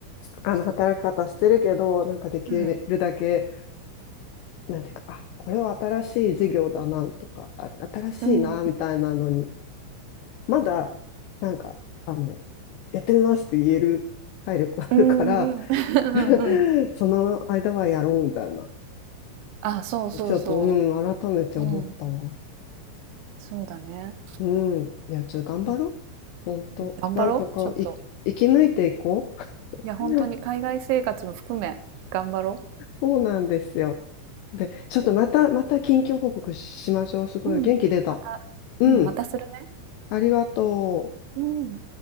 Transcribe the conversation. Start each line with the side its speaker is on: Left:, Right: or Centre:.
Left: あの、働き方してるけど、なんかできるだけ、
Right: うん。
Left: なんていうか、あ、これは新しい事業だなとか、あ、新しいなみたいなのに、
Right: うん。
Left: まだ、なんか、あの、やってみますって言える体力あるから
Right: うんうん <laughs> ーえうんああ同じかもうんうん。
Left: <laughs> その間はやろうみたいな。
Right: あ、そうそうそ
Left: ちょっと、うん、改めて思ったわ。
Right: う。うん。そうだね。
Left: うん。いや、ちょっと頑張ろう。
Right: うん。
Left: 本当。
Right: 頑張ろう、
Left: なんとかい、
Right: ちょっと。
Left: 生き抜いていこう
Right: いや、本当に海外生活も含め、
Left: <laughs>。
Right: 頑張ろ
Left: そうなんですよ。で、ちょっとまた、また近況報告しましょう。すごい元気出た。
Right: う。うん。またうん、
Left: うん。
Right: またするね。
Left: ありがとう。
Right: うん。